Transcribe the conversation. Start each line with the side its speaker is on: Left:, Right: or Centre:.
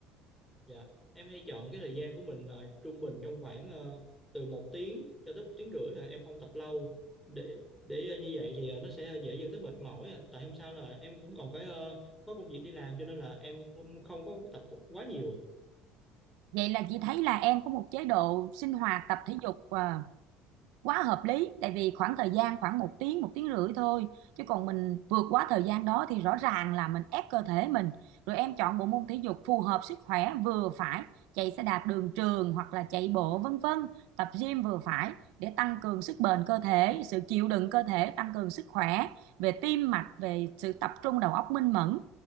Centre: Dạ, em hay chọn cái thời gian của mình là trung bình trong khoảng ờ, từ một tiếng cho tới một tiếng rưỡi thôi, em không tập lâu để để ờ, như vậy thì ờ, nó sẽ dễ dẫn tới mệt mỏi. à. Tại hôm sau là em cũng còn phải ờ, có công việc đi làm cho nên là em không không có tập quá nhiều. à.
Right: vậy là chị thấy là em có một chế độ sinh hoạt tập thể dục à, quá hợp lý tại vì khoảng thời gian khoảng một tiếng một tiếng rưỡi thôi chứ còn mình vượt quá thời gian đó thì rõ ràng là mình ép cơ thể mình rồi em chọn bộ môn thể dục phù hợp sức khỏe vừa phải chạy xe đạp đường trường hoặc là chạy bộ vân vân tập gym vừa phải để tăng cường sức bền cơ thể sự chịu đựng cơ thể tăng cường sức khỏe về tim mạch về sự tập trung đầu óc minh mẫn